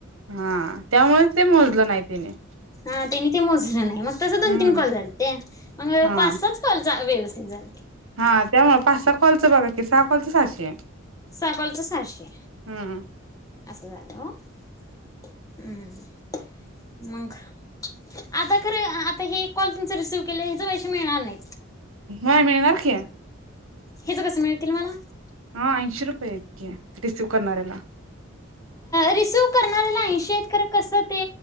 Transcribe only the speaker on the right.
हा त्यामुळेच ते मोजलं नाही तिने-
हम्म
हा
हा त्यामुळं पाच सहा कॉलच बघा की सहा कॉलच सहाशे
हम्म
हा मिळणार की
हा ऐशी रुपये आहेत. रिसिव्ह करणाऱ्याला.